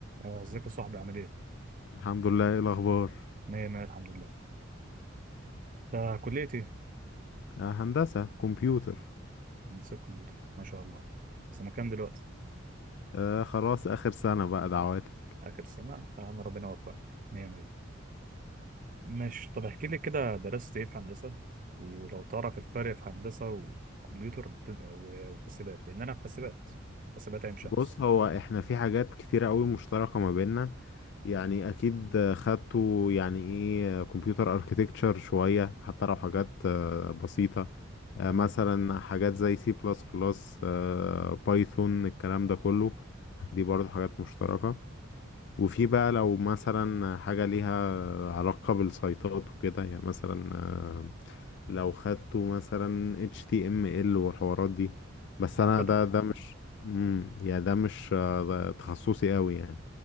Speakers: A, on the right; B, on the left.
A: آه، ازيك يا صاحبي عامل ايه؟
B: الحمد لله ايه الاخبار
A: مية مية الحمد لله. انت كلية ايه؟
B: آه هندسة كمبيوتر
A: هندسة كمبيوتر ما شاء الله. سنة كام دلوقتي؟
B: آه خلاص اخر سنة بقى دعواتك
A: آخر سنة يا عم ربنا يوفقك مية مية. ماشي طب احكي لي كده درست ايه في هندسة؟ ولو تعرف الفرق في هندسة وكمبيوتر بت- و- وحاسبات لأن أنا في حاسبات حاسبات عين شمس
B: بص هو احنا في حاجات كتيرة قوي مشتركة ما بيننا يعني اكيد آه، خدتوا يعني ايه كمبيوتر اركيتكتشر شوية حتى لو حاجات آه، بسيطة آه
A: تمام
B: مثلا حاجات زي سي بلس بلس بايثون الكلام ده كله دي برضو حاجات مشتركة وفي بقى لو مثلا حاجة ليها علاقة بالسيطات وكده يعني مثلا آه، لو خدته مثلا HTML والحوارات دي بس
A: هاخدها
B: انا ده ده مش امم يعني ده مش آه، ده تخصصي قوي يعني